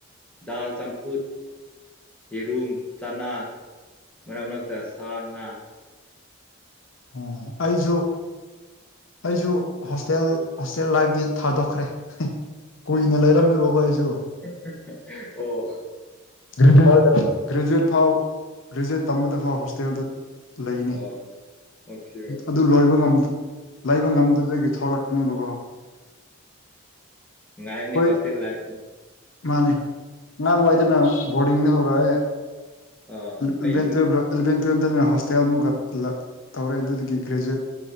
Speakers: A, in the centre; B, on the left.
A: ꯗꯥꯜ ꯆꯝꯐꯨꯠ ꯌꯦꯔꯨꯝ ꯆꯅꯥ ꯃꯔꯛ ꯃꯔꯛꯇ ꯁꯥ ꯉꯥ
B: ꯑꯥ ꯑꯩꯁꯨ ꯑꯩꯁꯨ ꯍꯣꯁꯇꯦꯜ ꯍꯣꯁꯇꯦꯜ ꯂꯥꯏꯐꯇꯤ ꯊꯥꯗꯣꯛꯈ꯭ꯔꯦ ꯀꯨꯏꯅ ꯂꯩꯔꯝꯃꯦꯕꯀꯣ ꯑꯩꯁꯨ
A: <unintelligible> ꯑꯣ
B: ꯏꯝꯐꯥꯜꯗꯔꯣ ꯒ꯭ꯔꯦꯖꯨꯦꯠ ꯐꯥꯎ ꯒ꯭ꯔꯦꯖꯨꯦꯠ ꯇꯝꯕꯗ ꯐꯥꯎ ꯍꯣꯁꯇꯦꯜꯗ ꯂꯩꯅꯤ
A: ꯑꯣ ꯑꯣꯀꯦ ꯑꯣꯀꯦ
B: ꯑꯗꯨ ꯂꯣꯏꯕꯉꯝ ꯂꯩꯕ ꯉꯝꯗꯕꯗꯒꯤ ꯊꯣꯛꯂꯛꯄꯅꯦꯕꯀꯣ
A: ꯅꯨꯉꯥꯏꯕꯅꯤ
B: ꯑꯩꯈꯣꯏ
A: ꯍꯣꯁꯇꯦꯜ ꯂꯥꯏꯐ
B: ꯃꯥꯅꯦ ꯑꯉꯥꯡꯋꯥꯏꯗꯅ ꯕꯣꯔꯗꯤꯡꯗ ꯍꯧꯔꯛꯑꯦ
A: ꯑ
B: ꯏꯂꯚꯦꯟ
A: ꯑꯩꯁꯨꯅꯤ
B: ꯇꯨꯌꯦꯜ ꯂꯣꯏ ꯑꯦꯂꯕꯦꯟ ꯇꯨꯌꯦꯞꯇꯅ ꯍꯣꯁꯇꯦꯜ ꯑꯃꯨꯛ ꯇꯧꯔꯛꯑꯦ ꯑꯗꯨꯗꯒꯤ ꯒ꯭ꯔꯦꯖꯨꯦꯠ